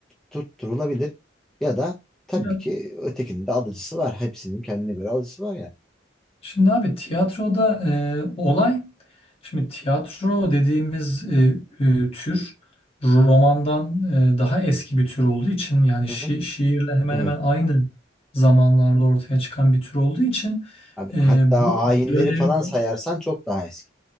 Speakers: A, in the centre; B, on the left.
A: tutturulabilir. Ya da tabii
B: Ya,
A: ki ötekinin de alıcısı var. Hepsinin kendine göre alıcısı var ya.
B: Şimdi abi tiyatroda e, olay, şimdi tiyatro dediğimiz e, e, tür romandan e, daha eski bir tür olduğu için yani şi-
A: Hı hı.
B: şiirle hemen
A: Evet.
B: hemen aynı zamanlarda ortaya çıkan bir tür olduğu için
A: Abi,
B: e,
A: hatta
B: bu
A: ayinleri
B: dönem
A: falan sayarsan çok daha eski.